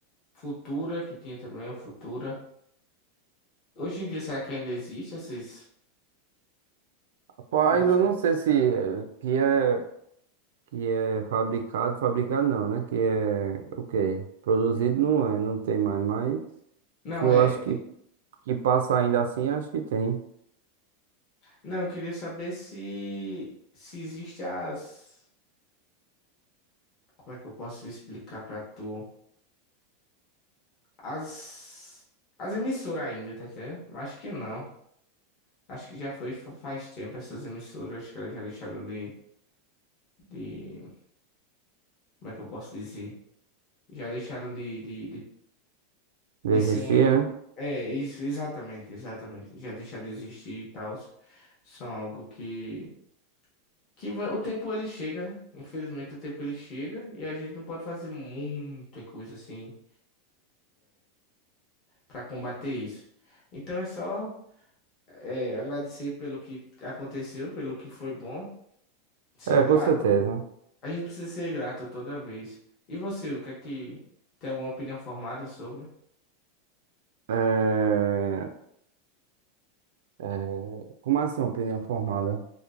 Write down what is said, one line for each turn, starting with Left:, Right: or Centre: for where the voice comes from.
Left: Futura, que tinha também o Futura. Hoje em dia, será que ainda existe esses...
Right: Rapaz,
Left: ou
Right: eu
Left: se-
Right: não sei se é- que é, que é fabricado, fabricado não, né? Que é o quê? Produzido não é, não tem mais, mas
Left: Não,
Right: que eu
Left: é...
Right: acho que, que passa ainda assim, acho que tem.
Left: Não, eu queria saber se... Se existe as... Como é que eu posso explicar pra tu? As, as emissoras ainda, tá entendendo? Eu Acho que não. Acho que já foi fa- faz tempo essas emissoras. Acho que elas já deixaram de, de. Como é que eu posso dizer? Já deixaram de, de, de,
Right: Existia,
Left: de ser uma. em- É, isso, exatamente, exatamente. Já deixaram de existir e tal. São algo que. Que va- o tempo ele chega, né? Infelizmente o tempo ele chega e a gente não pode fazer muita coisa assim pra combater isso. Então é só. É, agradecer pelo que aconteceu, pelo que foi bom, ser
Right: é?
Left: grato,
Right: É, com certeza.
Left: né? A gente precisa ser grato toda vez. E você, o que é que tem alguma opinião formada sobre?
Right: É, É, Como assim, opinião formada?